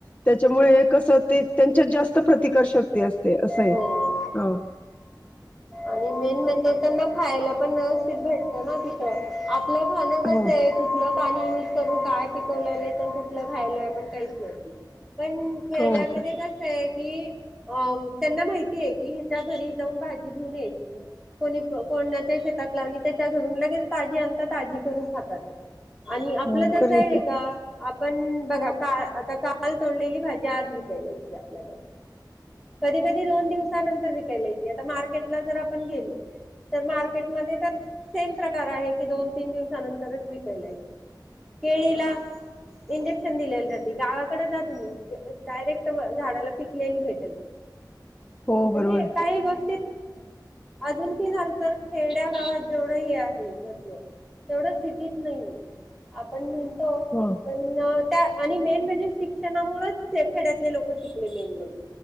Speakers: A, on the left; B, in the centre.
A: त्याच्यामुळे कसं ते त्यांच्यात जास्त प्रतिकार शक्ती असते असं आहे
B: हो
A: ह
B: आणि मेन म्हणजे त्यांना खायला पण व्यवस्थित भेटतं ना तिथं आपलं खाणं कस
A: हो
B: आहे कुठलं पाणी काय पिकवलेलं आहे नाही तर कुठलं खायलोय आपण काहीच माहित नाही पण खेड्यामध्ये
A: हो कर
B: कसं आहे कि अ त्यांना माहिती आहे की हिच्या घरी जाऊन भाजी घेऊन यायची कोणी कोणाच्या शेतात लावली त्याच्या घरून लगेच ताजी आणता ताजी करून खातात आणि आपलं
A: हो
B: तस
A: खरे
B: आहे का आपण बघा का आता का काल तोडलेली भाजी आज विकायला येते आपल्याकडं कधी कधी दोन दिवसानंतर विकायला येते आता मार्केटला जर आपण गेलो तर मार्केटमध्ये तर सेम प्रकार आहे की दोन तीन दिवसानंतरच विकायला येते केळीला इंजेक्शन दिलेली जाते गावाकडे जा तुम्ही डायरेक्ट झाडाला पिकलेली भेटेल
A: हो बरोबर
B: म्हणजे काही गोष्टी अजून कि झालं तर खेड्या गावात जेवढं हे आहे महत्व तेवढ्या सिटीत नाहीये आपण म्हणतो
A: हो
B: पण त्या आणि मेन म्हणजे शिक्षणामूळंच खेड्यातले लोक शिकले मेन म्हणजे